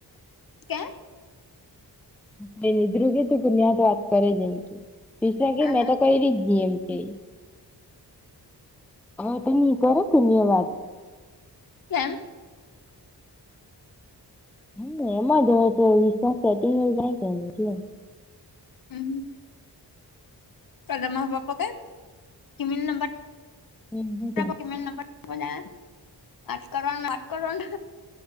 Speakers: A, on the left (about 55°); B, in the centre.
A: કેમ?
B: તેજ ને ધ્રુવ કે તું કોની હાથે વાત કરે જ એમ કે. વિશ્વા કે
A: આહા
B: મેં તો કઈરી જ ની એમ કે. હ તેની કરે કોઈની હાથે વાત.
A: કેમ?
B: હમ્મ એમ જ હવે તો વિશ્વાસ સેટિંગ એવુ જાય કે ની એટલે.
A: હમ્મ હમ્મ. કાલ તો મારા પપ્પા કે કી મને નંબર
B: હમ હું કેય
A: આપો કે મેં એનો. <unintelligible> બધા વાત કરોને વાત કરોને.